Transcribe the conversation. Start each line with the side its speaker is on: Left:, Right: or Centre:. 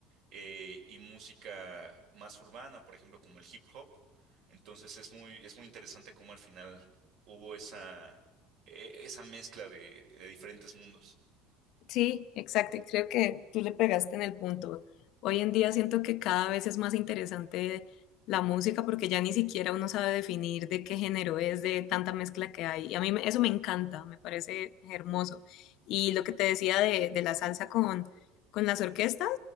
Right: eh, y música más urbana, por ejemplo, como el hip hop. Entonces es muy, es muy interesante cómo al final hubo esa, eh, esa mezcla de, de diferentes mundos.
Left: Sí, exacto. Y creo que tú le pegaste en el punto. Hoy en día siento que cada vez es más interesante la música porque ya ni siquiera uno sabe definir de qué género es, de tanta mezcla que hay. Y a mí me- eso me encanta, me parece hermoso. Y lo que te decía de, de la salsa con, con las orquestas,